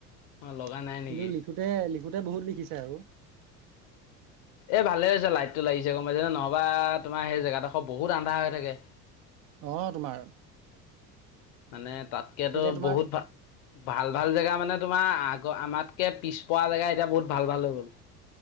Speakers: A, on the left; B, on the right.
A: মই লগা
B: কিন্তু
A: নাই নেকি?
B: লিখোতে লিখোতে বহুত লিখিছে আৰু।
A: এ ভালে হৈছে লাইটটো লাগিছে গম পাইছেনে নহবা তোমাৰ সেই জেগাডোখৰ বহুত আন্ধা হৈ থাকে।
B: আহ তোমাৰ।
A: মানে তাতকেতো
B: তেতিয়া তোমাৰ
A: বহুত ভাল, ভাল ভাল জেগা মানে তোমাৰ আক আমাতকে পিছপৰা জেগা এতিয়া বহুত ভাল ভাল হৈ গ'ল।